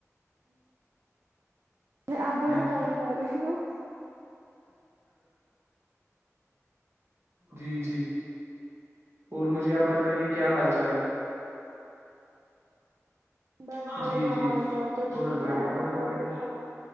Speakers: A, on the right; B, on the right.
A: میں آبو نے فون
B: جی
A: کری ہو
B: جی جی اور مجھے اب بتائیے کیا حال چال ہے
A: بس بڑھیا
B: جی جی
A: حال چال تو ٹھیک
B: بہت بڑھیا
A: ہے آپ
B: بہت
A: بتاؤ
B: بڑھیا
A: کچھ